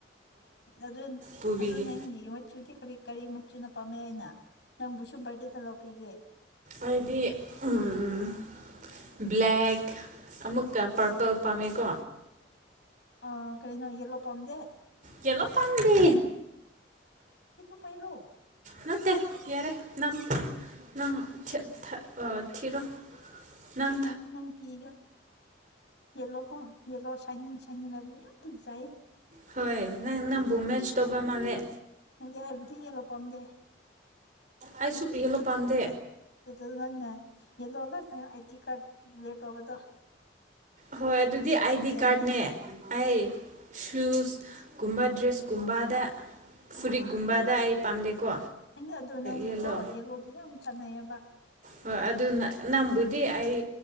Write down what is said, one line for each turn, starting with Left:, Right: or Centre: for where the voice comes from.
Left: ꯑꯗꯨ
Right: ꯄꯨꯕꯤꯒꯦ
Left: ꯑꯗꯨ ꯅꯪꯒꯤ ꯃꯆꯨꯗꯤ ꯀꯔꯤ ꯀꯔꯤ ꯃꯆꯨꯅ ꯄꯥꯝꯃꯦ ꯍꯥꯏꯅ ꯅꯪꯕꯨꯁꯨ ꯕꯥꯔꯗꯦꯗ ꯂꯧꯕꯤꯒꯦ
Right: ꯑꯩꯗꯤ ꯎꯝ ꯕ꯭ꯂꯦꯛ ꯑꯃꯨꯛꯀ ꯄꯔꯄꯜ ꯄꯥꯝꯃꯦꯀꯣ
Left: ꯑꯥ ꯀꯩꯅꯣ ꯌꯦꯂꯣ ꯄꯥꯝꯗꯦ
Right: ꯌꯦꯂꯣ ꯄꯥꯟꯕꯤ
Left: ꯑꯩꯕꯨ ꯄꯩꯔꯣ
Right: ꯅꯠꯑꯦ ꯌꯥꯔꯦ ꯅꯪ ꯅꯪ ꯊ ꯊ ꯊꯤꯔꯣ ꯅꯪ
Left: ꯂꯩ <unintelligible> ꯅ ꯅꯪ ꯄꯤꯒꯦ ꯌꯦꯂꯣ ꯀꯣ ꯌꯦꯜꯂꯣ ꯁꯥꯢꯅꯤꯡ ꯌꯥꯝ ꯐꯖꯩ
Right: ꯍꯣꯏ ꯅꯪꯕꯨ ꯃꯦꯖ ꯇꯧꯕ ꯃꯥꯂꯦ
Left: ꯑꯩꯕꯨꯗꯤ ꯌꯦꯂꯣ ꯄꯝꯗꯦ
Right: ꯑꯩꯁꯨ ꯌꯦꯜꯂꯣ ꯄꯥꯝꯗꯦ
Left: <unintelligible> <unintelligible> ꯇꯧꯕꯗꯣ
Right: ꯍꯣꯏ ꯑꯗꯨꯗꯤ
Left: ꯌꯥꯝ
Right: ꯑꯥꯏ
Left: ꯐꯖꯩ
Right: ꯗꯤ ꯀꯥꯔꯠꯅꯦ
Left: ꯅꯪꯕꯨ
Right: ꯑꯩ ꯁꯨꯁ ꯀꯨꯝꯕ ꯗ꯭ꯔꯦꯁ ꯀꯨꯝꯕꯗ
Left: ꯑꯗꯨ
Right: ꯐꯨꯔꯤꯠ ꯒꯨꯝꯕꯗ ꯑꯩ ꯄꯥꯝꯗꯦꯀꯣ
Left: ꯑꯩꯅ ꯑꯗꯣ ꯅꯪꯕꯨꯀꯣ
Right: ꯌꯦꯜꯂꯣ
Left: ꯌꯦꯂꯣꯗꯣ ꯌꯥꯝ ꯆꯥꯟꯅꯩꯑꯦꯕ
Right: ꯍꯣꯏ ꯑꯗꯨ ꯅꯪꯕꯨꯗꯤ ꯑꯩ